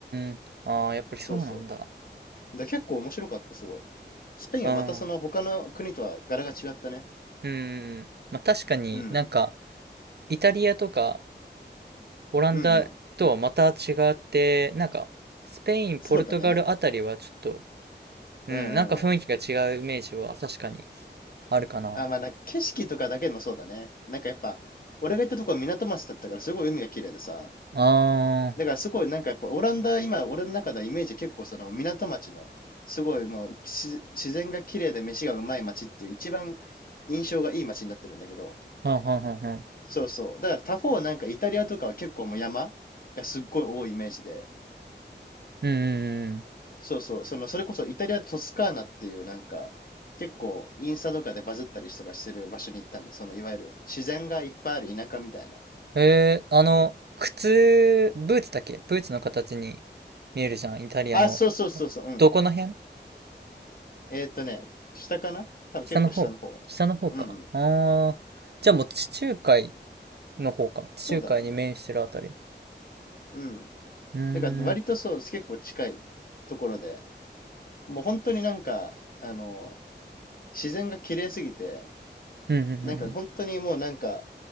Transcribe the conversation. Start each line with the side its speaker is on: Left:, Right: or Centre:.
Right: ーん。ああ、やっぱりそうなんだ。
Left: そうそう。だ結構面白かった、すごい。スペインはまたその他の国とは柄が違ったね。
Right: うん。うんうんうん。まあ確かになんか
Left: うん。
Right: イタリアとかオランダとはまた違って、
Left: うんうん。
Right: なんか、スペイン、ポルトガルあたりはちょっと、
Left: そうだね。うんうんうん。
Right: うん、なんか雰囲気が違うイメージは確かにあるかな。
Left: あ、まあ、なんか景色とかだけでもそうだね。なんかやっぱ、俺が行ったとこは港町だったからすごい海が綺麗でさ。
Right: あ
Left: だからすごいなんかやっぱオランダ、今俺の中ではイメージ結構その港町の、すごいもうし自然が綺麗で飯がうまい町っていう一番印象がいい町になってるんだけど。
Right: ー、はんはんはんはん。
Left: そうそう。だから他方なんかイタリアとかは結構もう山がすっごい多いイメージで。
Right: うんうんうん。
Left: そうそう。その、それこそイタリアトスカーナっていうなんか、結構インスタとかでバズったりとかしてる場所に行ったんだ。そのいわゆる自然がいっぱいある田舎みたいな。
Right: えー、あの、靴、ブーツだっけブーツの形に見えるじゃん、イタリアの。
Left: あ、そうそうそうそう、うんうん。
Right: どこの辺
Left: えーっとね、下かな多分結構下の方。
Right: 下の方下の方か。
Left: うんうん。
Right: あー、じゃあもう地中海の方か。地中海に面してるあたり。
Left: そうだね。うん。
Right: うーん、うん
Left: だから割とそう、結構近いところで、もう本当になんか、あの、自然が綺麗すぎて、
Right: うんうんうん。
Left: なんか本当にもうなんか、